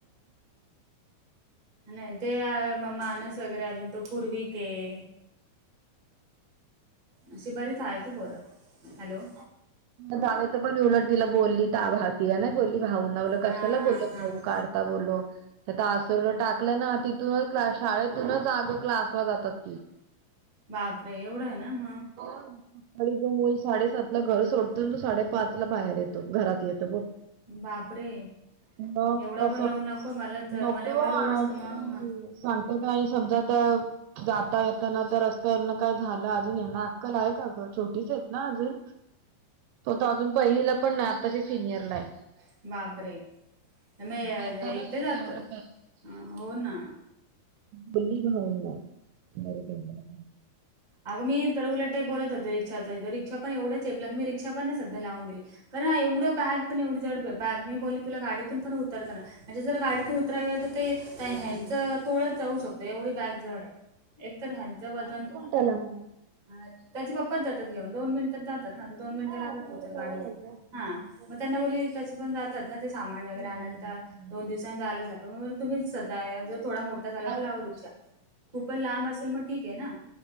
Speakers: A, on the right (about 30°); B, on the right (about 80°).
A: नाही. ते मानस वगैरे अजून तो पूर्वीक आहे. अशी बरीच आहेत हा पोर. हॅलो.
B: दादाचं पण उलट तिला बोलली ता भाति नाही बोलली भाऊ नावलं
A: हा
B: कशाला
A: हा
B: बोल
A: हा
B: भाऊ
A: हा
B: काल काय बोललो. डान्स टाकलंय ना तिथूनच क शाळेतूनच अग क्लासवर जातात. ह <inaudible>
A: बापरे एवढं ना म्हणून,
B: हो. ते मुल साडेसातला घर सोडतो. आण तो साडेपाच ला बाहेर येतो घरात येतो बोल,
A: बापरे,
B: म
A: एवढा
B: तसच
A: पण लोड नको मला तर
B: नको
A: मला एवढा
B: आणि
A: लोडच ना मग हा
B: सांगतो का आणि समजा तर, जाता येताना
A: बापरे
B: तर रस्त्यावरन काय झालं अजून याना अक्कल आहे का ग. छोटीचीच ना अजून. तो तर पहिलीला
A: अजून पहिल
B: नाही आताची
A: पण नाही.
B: सिनियरला आहे
A: बापरे नाही.
B: काय गरज
A: एकटे
B: आहे का
A: जातात
B: एवढं
A: हो ना.
B: बोली भाऊ ना बर त्या
A: अग मी तर उलटे बोलत होते. रिक्षाच पण रिक्षा तर एवढं चेपलं तर मी रिक्षा पण नाही सध्या लावून दिली. कारण ना एवढं बॅग पण एवढी जड बॅग मी बोलली तुला गाडीतून पण उतरताना. म्हणजे जर गाडीतून उतरा गेल तर ते हॅण्डचं तोळच जाऊ शकतो एवढी बॅग जड आहे. एकतर ह्यांचं वजन
B: चला म्हणायचं.
A: ह त्याचे पप्पाच जातात घेऊन. दोन मिनट टात जातात ना. दोन मिनट
B: हा
A: लागतात
B: तुम्हाला
A: पोहचायला
B: जवळ
A: गाडी घेऊन.
B: आहे ना. हम्म
A: ह
B: बरोबर.
A: मग त्यांना बोलि तसे पण जात तात ना ते सामान
B: हम्म.
A: वैगरे आणायला.
B: हम्म,
A: तर
B: हम्म.
A: दोन दिवसाने जायलाच लागतात मग म्हणले तुम्हीच जायाच. थोडा
B: तेच
A: मोठा
B: ना
A: झाल्यावर
B: जाऊ दे
A: लावू रिक्षा खूपच लांब असेल मग ठीक आहे ना.